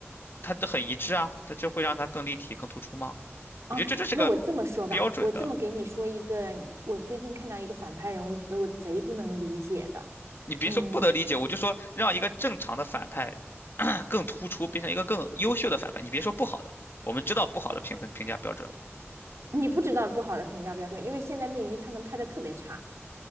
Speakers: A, on the left (about 50°); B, on the right (about 80°).
A: 他都很一致啊，但这会让他更立体、更突出吗？
B: 啊。
A: 我觉得这就是个
B: 那我这么说吧，
A: 标准的。
B: 我这么给你说一个，你我最近看到一个反派人物，我觉得我贼不能理解的，
A: 你别说不得理解，
B: 嗯，
A: 我就说让一个正常的反派 <clears throat> 更突出，变成一个更优秀的反派。你别说不好的，我们知道不好的评分评价标准了。
B: 你不知道不好的评价标准，因为现在内娱他能拍的特别差，